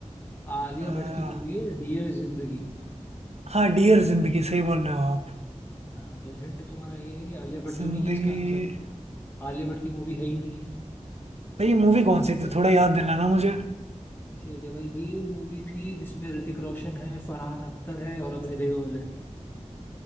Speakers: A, on the left; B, on the right.
A: आलिया
B: अ,
A: भट्ट की मूवी है डियर जिंदगी
B: हाँ डियर जिंदगी सही बोल रहे हो आप
A: हाँ तो हिंट तुम्हारा ये है कि आलिया भट्ट
B: जिंदगी
A: तो नहीं है इसका आंसर आलिया भट्ट की मूवी है ही नहीं है
B: भाई ये मूवी कौन सी थी
A: चलो
B: थोड़ा याद दिलाना मुझे
A: ठीक है भाई ये मूवी थी जिसमें ऋतिक रोशन है फरहान अख्तर है और अभय देओल है